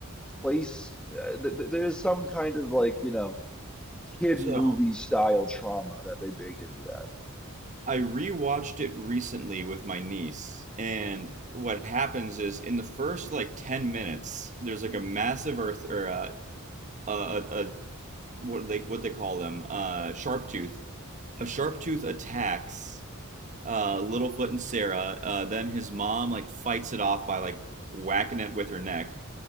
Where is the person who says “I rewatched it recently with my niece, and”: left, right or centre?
Right